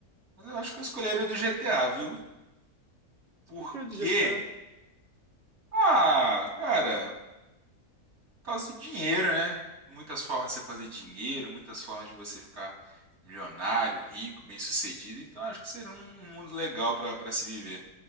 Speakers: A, on the right; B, on the right.
A: Mas eu acho que eu escolheria o do GTA, viu? Por
B: Porque do GTA,
A: quê? Ah, cara, por causa do dinheiro, né? Muitas formas de você fazer dinheiro, muitas formas de você ficar milionário, rico, bem-sucedido. Então acho que seria um um mundo legal pra para se viver.